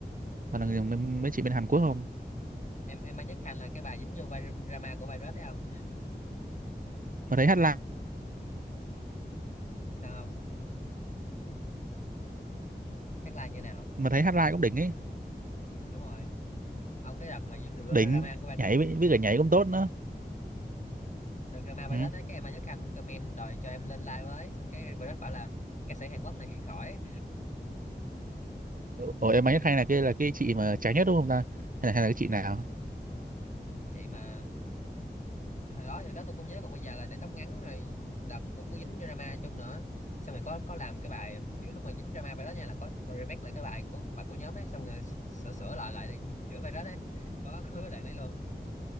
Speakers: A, on the right (about 50°); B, on the left (about 45°).
A: toàn là người, mấy, mấy chị bên Hàn Quốc không
B: em Emma Nhất Khanh là cái bà dính vô vai drama của virus đấy không
A: mà thấy hát live
B: sao không hát live như nào
A: mà thấy hát live cũng đỉnh ấy
B: ừ, đúng rồi ông cái đợt mà giống rượu
A: đỉnh
B: drama của Virus
A: nhảy
B: đó
A: với, với cả nhảy cũng tốt nữa
B: Ừ. đợt drama Virus
A: ừ.
B: đó cái em nhớ khanh comment đòi cho em lên live với xong cái Virus bảo là ca sĩ Hàn Quốc này thì khỏi
A: ủa em ấy
B: <laughs>
A: hay là kia là cái chị mà trái nhất đúng không ta hay là hay là cái chị nào
B: chị mà hồi đó thì đó tôi cũng nhớ còn bây giờ là để tóc ngắn rồi đợt cũng có dính drama chung nữa xong rồi có có làm cái bài kiểu lúc mà dính drama Virus nha là có, có remake lại cái bài của bài của nhóm ấy xong rồi sửa sửa lại lại để chữa Virus đấy có có cái đoạn đấy luôn